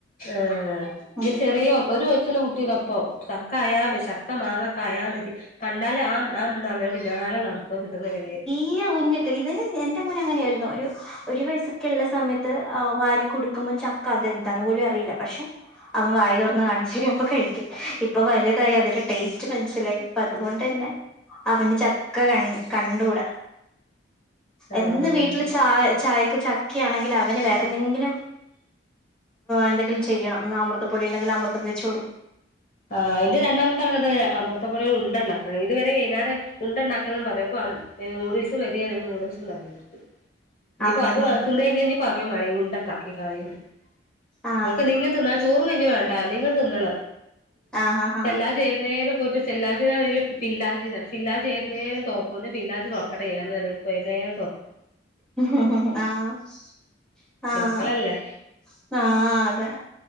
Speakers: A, on the left (about 45°); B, in the centre.
A: ആ
B: ഉം
A: ഇ ചെറിയ ഒരു വയസ്സുള്ള കുട്ടീടപ്പോ ചക്ക അയാമേ ചക്ക മാങ്ങ കായാ മതി കണ്ടാല് അം അം ന്നർഞ്ഞ് പിന്നാലെ നടക്കും കിട്ടുന്നവരെ
B: ഈ കുഞ്ഞുക്ക് ഇതിന് എന്റെ മോൻ അങ്ങനെയായിരുന്നു ഒരു ഒരു വയസൊക്കെ ഉള്ള സമയത്ത് വാരി കൊടുക്കുമ്പോ ചക്ക അതെന്താന്ന് പോലും അറിയില്ല പക്ഷെ അവൻ വായി തുറന്ന് കാണിച്ചരും അപ്പൊ കഴിക്കും ഇപ്പൊ വലുതായി അതിന്റെ ടേസ്റ്റ് മനസ്സിലായി അപ്പ അതുകൊണ്ട് തന്നെ അവന് ച ക്ക കണ്ടൂട
A: ആഹ്
B: എന്ന് വീട്ടില് ചായ ചായക്ക് ച ക്ക ആണെങ്കിൽ അവന് വേറെ എന്തെങ്കിലും എന്തെങ്കിലും ചെയ്യണം അമൃത പൊടി ഉണ്ടെങ്കിൽ അമൃതം വെച്ചോട്ക്കും
A: ആഹ് ന്റെ രണ്ടമത്തെ ആള് അങ്ങൻതന്നെ അമൃത പൊടിയൊണ്ട് ഉണ്ട ഉണ്ടാക്കണം ഇതുവരെ വൈന്നേരം ഉണ്ട ഉണ്ടാക്കണന്ന് പറയാപ്പ നൂഡിൽസും മെതിയാണിന്ന് നൂഡിൽസ് ഉണ്ടാക്കി കൊടുക്കും ഇനിയിപ്പോ
B: ആഹ്
A: അത്
B: ആഹ്
A: വർക്കുമ്മേഞ്ഞി കഴിഞ്ഞാ പറയുമാണെങ്കി ഉണ്ട ഉണ്ടാക്കികാളീ ന്ന്
B: ആഹ്
A: ഓൽക്ക് എന്തെങ്കിലും തിന്നാ ചോറും കഞ്ഞിം വേണ്ട എന്തെങ്കിലും തിന്നണം
B: ആഹ് ആഹ്
A: എല്ലാം ചേരുന്നേന്ന് പോയിട്ട് ചെല്ലാതെ അതില് ഫില്ലാജ്താണ് ഫില്ലാജ് ഏത് നേരം തൊർക്കും ൻ്റെ ഫില്ലാജ് തൊർക്ക <unintelligible>
B: ആഹ് ആഹ് ആഹ്
A: മക്കളല്ലേ
B: അതെ